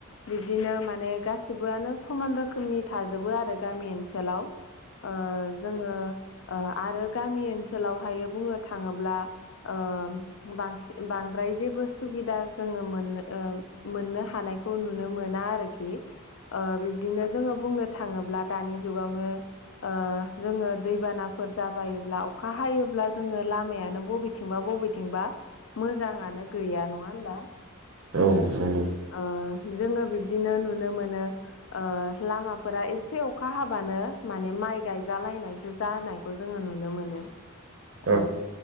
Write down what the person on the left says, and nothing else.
बिदिनो माने गासिबोआनो समान रोखोमनि थाजोबो आरो गामि ओनसोलाव ओ जोङो ओ आरो गामि ओनसोलावहाय बुंनो थाङोब्ला ओ बांसिन बांद्राय जेबो सुबिदा जोङो मोननो ओ मोननो हानायखौ नुनो मोना आरोखि ओ बिब्दिनो जोङो बुंनो थाङोब्ला दानि जुगावनो ओ जोङो दैबानाफोर जाबायोब्ला अखा हायोब्ला जोङो लामायानो बबे बबेथिंबा बबेथिंबा मोजाङानो गैया नङा होनोमबा
ओ जोङो बिब्दिनो नुनो मोनो ओ लामाफोरा एसे अखा हाबानो माने माइ गायजालायनायसो जानाय खौ जोङो नुनो मोनो
ओ